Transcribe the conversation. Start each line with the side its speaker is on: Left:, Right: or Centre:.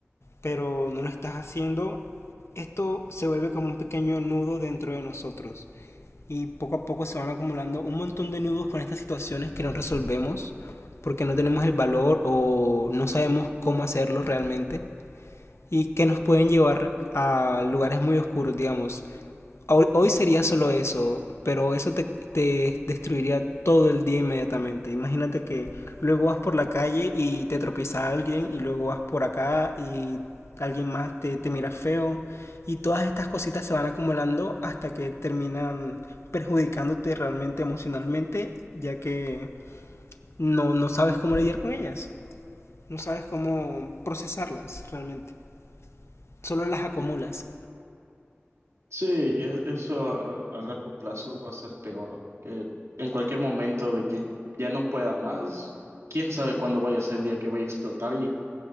Left: pero no lo estás haciendo, esto se vuelve como un pequeño nudo dentro de nosotros. Y poco a poco se van acumulando un montón de nudos con estas situaciones que no resolvemos porque no tenemos el valor o no sabemos cómo hacerlo realmente y que nos pueden llevar a lugares muy oscuros, digamos, Hoy hoy sería solo eso, pero eso te, te destruiría todo el día inmediatamente. Imagínate que luego vas por la calle y te tropieza alguien y luego vas por acá y alguien más te, te mira feo y todas estas cositas se van acumulando hasta que terminan perjudicándote realmente emocionalmente ya que no, no sabes cómo lidiar con ellas, no sabes cómo procesarlas realmente, solo las acumulas.
Right: Sí, e- eso a, a largo plazo va a ser peor, ¿no? que en cualquier momento de que ya no pueda más, quién sabe cuándo vaya a ser el día que vaya a explotar y